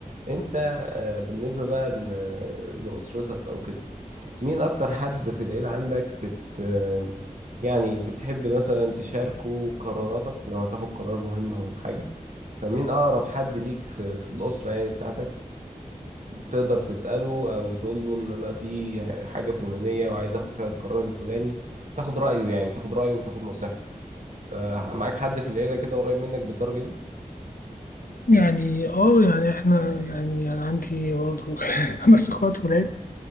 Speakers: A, on the right; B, on the left.
A: انت آه، بالنسبة بقى ل... لأسرتك او كده مين اكتر حد في العيلة عندك بت آه، يعني بتحب مثلا تشاركه قراراتك لو هتاخد قرار مهم او حاجة فمين اقرب حد ليك في, في الأسرة يعني بتاعتك تقدر تسأله أو تقول له إن أنا في حاجة فلانية وعايز آخد فيها القرار الفلاني تاخد رأيه يعني تاخد رأيه وتاخد نصيحته فمعاك حد في العيلة كده قريب منك بالدرجة دي؟
B: يعني اه يعني احنا يعني انا عندي برضه <laughs> خمس اخوات ولاد